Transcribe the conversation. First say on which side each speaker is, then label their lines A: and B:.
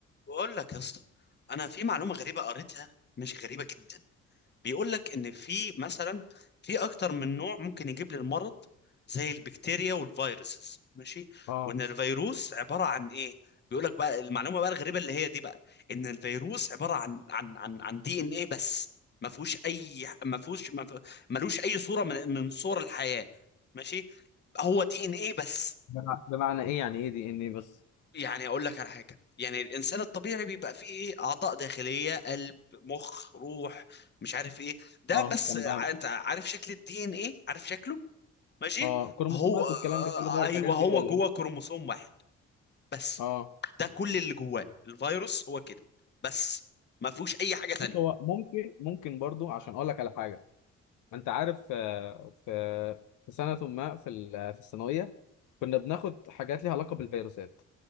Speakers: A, on the left; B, on the left.
A: بقول لك يا اسطى انا في معلومه غريبه قريتها مش غريبه جدا بيقول لك ان في مثلا في اكتر من نوع ممكن يجيب لي المرض زي البكتيريا والفيروسز ماشي
B: اه
A: وان الفيروس عباره عن ايه بيقول لك بقى المعلومه بقى الغريبه اللي هي دي بقى ان الفيروس عباره عن عن عن عن دي ان ايه بس ما فيهوش اي ما فيهوش ما فيه- ملوش اي صوره من من صور الحياه ماشي هو دي ان ايه بس
B: بمع- بمعنى ايه يعني ايه دي ان ايه بس
A: يعني اقول لك على حاجه يعني الانسان الطبيعي بيبقى فيه ايه اعضاء داخليه قلب مخ روح مش عارف ايه ده
B: اه
A: بس
B: تمام
A: ع- انت عارف شكل الدي ان ايه عارف شكله ماشي
B: اه كروموسومات
A: هو
B: والكلام
A: آه،
B: ده كله ده والحاجات
A: ايوه
B: دي
A: هو
B: ولا
A: جوه
B: ايه
A: كروموسوم واحد بس
B: اه
A: ده كل اللي جواه الفيروس هو كده بس ما فيهوش اي حاجه تانية
B: بص هو ممكن ممكن برضو عشان اقول لك على حاجه انت عارف آه، في في سنه ما في ال- في الثانويه كنا بناخد حاجات ليها علاقه بالفيروسات